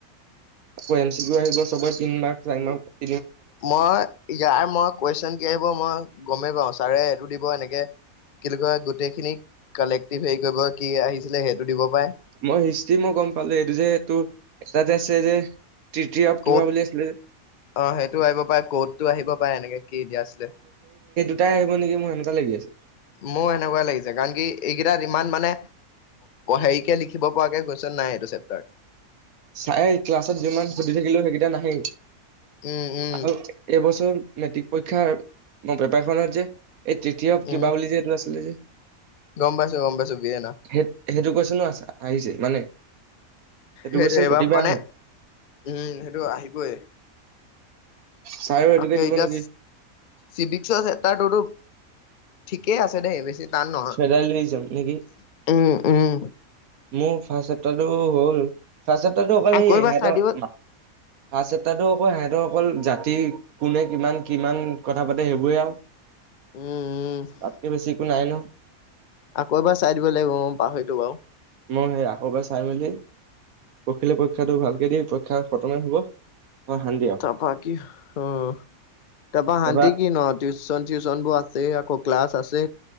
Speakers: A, on the right; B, on the left.
A: আকৌ এম চি বিও আহিব সবৰে তিনিমাহ, চাৰিমাহ।
B: মই ইয়াৰ, মই কোৱেচন কি আহিব মই গমেই পাওঁ। ছাৰে এইটো দিব এনেকে। কিনো কয় গোটেই খিনি কালেক্টিভ হেৰি কৰিব কি আহিছিলে সেইটো দিব পাৰে।
A: মই হিষ্ট্ৰি মই গ'ম পালো। এইটো যে, এইটো এটা যে আছে যে, তৃতিয়ভ
B: ক'ত
A: কিবা বুলি আছিলে।
B: অ সেইটো আহিব পাৰে ক'তটো আহিব পাৰে এনেকে কি এ দিয়া আছিলে
A: এ আহিব নেি মই সেনেকা লাগি আছে
B: মোৰ এনেকুৱা লাগিছে কাৰণ কি এইকেইটাত ইমান মানে হেৰিকে লিখিব পৰা কে গৈছ নাই এইটো চেপাৰ
A: চাই ক্লাছত যিমান ছুধি থাকিলো সেইকেইটা নাহেই
B: উম উম
A: আৰু এইবছৰ মেট্ৰিক পৰীক্ষাৰ মোৰ পেপাৰখনত যে এই তৃতীয়
B: উম
A: কিবা বুলি যে এইটো আছিলে যে
B: গম পাইছো গম পাইছো বি এ না
A: সেই সেইটো কৈছোনো আহিছে মানে সেইটো
B: সেইটোয়েবাৰ
A: কুৱেশ্যন প্ৰতিবাৰ
B: মানে
A: আহে
B: উম সেইটো আহিবয়ে
A: ছাৰেও এইটোকে
B: অকে
A: দিব
B: এতিয়া
A: নেকি
B: চিভিকসৰ চেপটাৰ টোটো ঠিকেই আছে দেই বেছি টান নহয়
A: ফেডাৰেল ৰিজম নেকি
B: উম উম।
A: মোৰ ফাৰ্ষ্ট চেপ্টাৰ টো হল ফাৰ্ষ্ট চেপ্টাৰ টো অকল
B: আকৌ
A: এই
B: এবাৰ
A: সিহতৰ
B: চাই দিব
A: ত তাতো অকৌ সিহঁতৰ অকল জাতি কোনে কিমান কিমান কথা পাতে সেইবোৰে আৰু
B: উম উম
A: তাতকে বেছি একো নাই ন
B: আকৌ এবাৰ চাই দিব লাগিব অ', পাহৰিলো বাৰু
A: মই সেই আকৌব চাই মেলি পখিলে পৰীক্ষাটো ভালকে দি পৰীক্ষা খতমে হব মই শান্তি আৰু
B: তপা কি উম তাৰপা
A: তাৰপৰা
B: শান্তি কি ন টিউশন চিউচন বোৰ আছে আকৌ ক্লাছ আছে